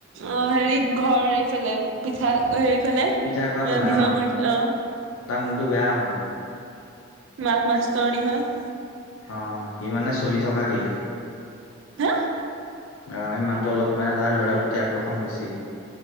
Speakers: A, on the right; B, on the left.
A: অ হেৰি ঘৰ এইফালে পিঠা হেৰি ফালে
B: পিঠা খোৱা ফালে
A: বিহগুৰি অ।
B: তাৰ মূৰটো বেয়া অকণমান।
A: মাক মাষ্টৰণী হয়।
B: অ সি মানে চলি থকা গে।
A: হা
B: অ সি মানুহটো অলপ মানে তাৰ ল'ৰাৰ প্ৰতি আকৰ্ষণ বেছি।